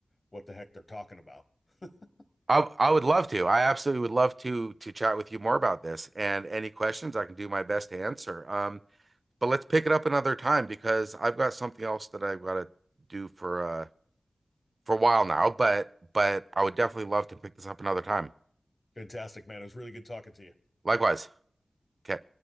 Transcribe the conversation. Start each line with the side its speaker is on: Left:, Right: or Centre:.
Left: what the heck they're talking about. <laughs>
Right: I, I would love to. I absolutely would love to to chat with you more about this. And any questions, I can do my best to answer. Um, but let's pick it up another time because I've got something else that I've got to do for uh for a while now. But but I would definitely love to pick this up another time.
Left: Fantastic, man. It was really good talking to you.
Right: Likewise. Okay.